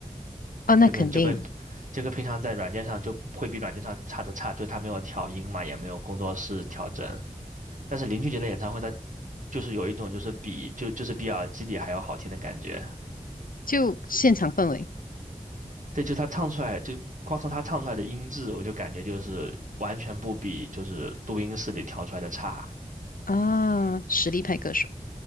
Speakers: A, on the left (about 75°); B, on the right (about 60°).
A: 啊，那肯定
B: 就跟就跟这个平常在软件上就会比软件上差的差，就他没有调音嘛，也没有工作室调整。但是林俊杰的演唱会，他就是有一种就是比就就是比耳机里还要好听的感觉。
A: 就现场氛围
B: 对，就他唱出来，就光从他唱出来的音质，我就感觉就是完全不比就是录音室里调出来的差。
A: 啊，实力派歌手。